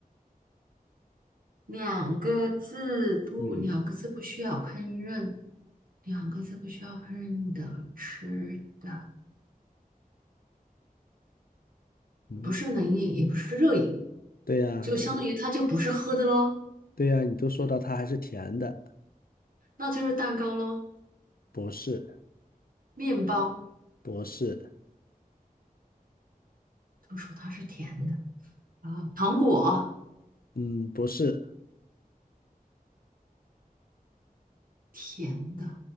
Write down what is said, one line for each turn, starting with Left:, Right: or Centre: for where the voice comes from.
Right: 两个字不，
Left: 嗯
Right: 两个字不需要烹饪，两个字不需要烹饪的吃的，
Left: 嗯，
Right: 不是冷饮，也不是热饮，
Left: 对呀，
Right: 就相当于它就不是喝的咯，
Left: 对呀，你都说到它还是甜的，
Right: 那就是蛋糕咯，
Left: 不是，
Right: 面包
Left: 不是，
Right: 都说它是甜的啊，糖果
Left: 嗯，不是，
Right: 甜的，